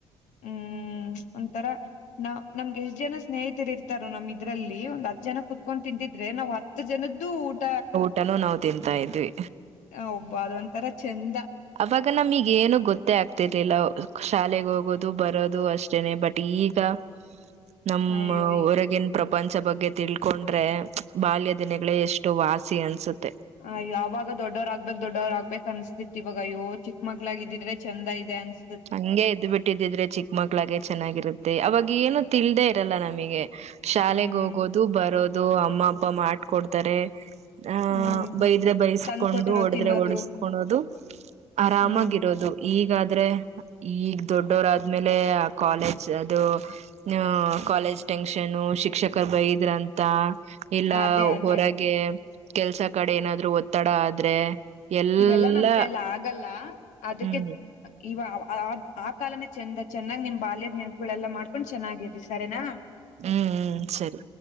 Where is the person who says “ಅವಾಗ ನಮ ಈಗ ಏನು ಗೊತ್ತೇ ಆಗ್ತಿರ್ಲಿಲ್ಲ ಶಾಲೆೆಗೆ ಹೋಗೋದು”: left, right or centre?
Right